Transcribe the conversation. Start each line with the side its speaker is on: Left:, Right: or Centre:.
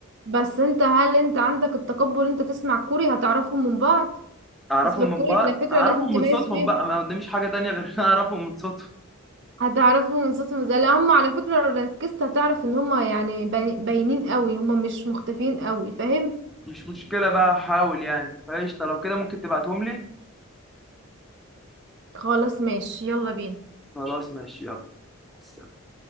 Right: بس انت هل انت عندك التقبل انت تسمع كوري هتعرفهم من بعض
Centre: اعرفهم
Right: اصل الكوري
Centre: من بعض
Right: على فكره
Centre: اعرفهم
Right: لازم تميز
Centre: من صوتهم
Right: فيه
Centre: بقى ما قداميش حاجه تانية غير ان أنا اعرفهم من صوتهم
Right: هتعرفهم من صوتهم زي لا هم على فكره لو ركزت هتعرف ان هم يعني باي- باينين قوي هم مش مختفيين قوي فاهم
Centre: مش مشكلة بقى هحاول يعني فقشطة لو كده ممكن تبعتهم لي
Right: خلاص ماشي يلا بينا
Centre: خلاص ماشي يلا مع السلامة.